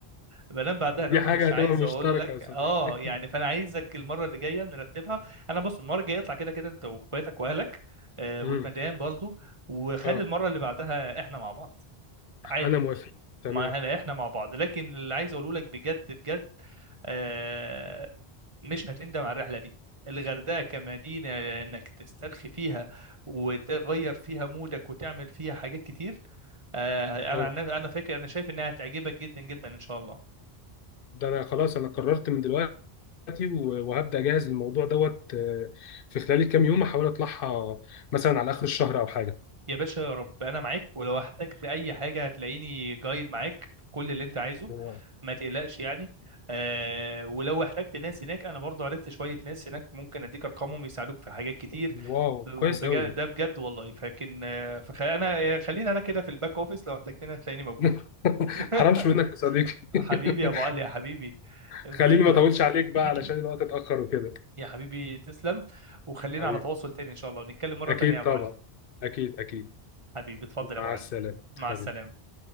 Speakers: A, on the right; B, on the left.
A: بنام بعدها نوم
B: دي حاجة
A: مش
B: هتبقى
A: عايز
B: مشتركة
A: اقول لك
B: يا صديقي
A: اه يعني فانا عايزك المره اللي جايه نرتبها انا بص المره الجايه اطلع كده كده انت واخواتك واهلك آه
B: امم
A: والمدام برضو وخلي
B: اه
A: المره اللي بعدها احنا مع بعض عادي
B: انا موافق تمام
A: ما احنا احنا مع بعض لكن اللي عايز اقوله لك بجد بجد آه مش هتندم على الرحله دي الغردقه كمدينه انك تسترخي فيها وتغير فيها مودك وتعمل فيها حاجات كتير آه
B: اه
A: انا عن نفسي- انا فاكر انا شايف انها هتعجبك جدا جدا ان شاء الله
B: ده انا خلاص انا قررت من دلوقتي و- وهبدأ اجهز الموضوع دوت آه، في خلال الكام يوم احاول اطلعها مثلا على اخر الشهر او حاجة
A: يا باشا يا رب انا معاك ولو احتجت اي حاجه هتلاقيني جايد معاك في كل اللي انت عايزه
B: <laughs> واو
A: ما تقلقش يعني آه ولو احتجت ناس هناك انا برضو عرفت شويه ناس هناك ممكن اديك ارقامهم يساعدوك في حاجات كتير
B: واو،
A: وبجد
B: كويس قوي
A: ده بجد والله فكن آه فخ... انا خلينا انا كده في الباك اوفيس لو احتجتني هتلاقيني موجود
B: <laughs>
A: <laughs>
B: حرامش منك يا صديقي
A: حبيبي
B: <laughs>
A: يا ابو علي يا حبيبي في
B: خليني
A: اي
B: ما
A: وقت
B: اطولش عليك بقى
A: <clears throat>
B: علشان الوقت اتأخر وكده
A: يا حبيبي تسلم وخلينا
B: حبيبي
A: على تواصل تاني ان شاء الله ونتكلم مره
B: اكيد
A: تانيه يا ابو
B: طبعا
A: علي
B: اكيد اكيد
A: حبيبي اتفضل يا
B: مع
A: ابو علي
B: السلامة
A: مع
B: حبيبي
A: السلامه